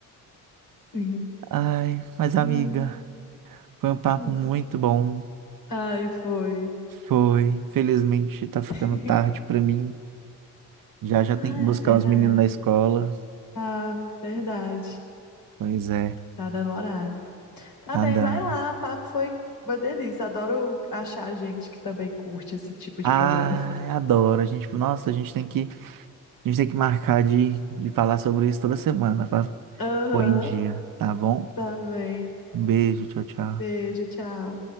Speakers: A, on the left (about 60°); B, on the right (about 60°).
A: Sim.
B: Ai, mas
A: Ai,
B: amiga, foi um papo
A: hum.
B: muito bom.
A: Ai, foi.
B: Foi. Infelizmente tá ficando
A: <laughs>
B: tarde pra mim. Já já
A: Ah,
B: tem que buscar
A: é verdade.
B: os meninos da escola.
A: Ah, verdade.
B: Pois é,
A: Tá dando horário. Tá
B: tá
A: bem,
B: dando.
A: vai lá. O papo foi uma delícia. Adoro achar gente que também curte esse tipo de
B: Ai,
A: programa.
B: adoro. A gente, nossa, a gente tem que, a gente tem que marcar de, de falar sobre isso toda semana para
A: <laughs> Aham,
B: pôr em dia, tá bom?
A: tá bem.
B: Um beijo, tchau, tchau.
A: Beijo, tchau.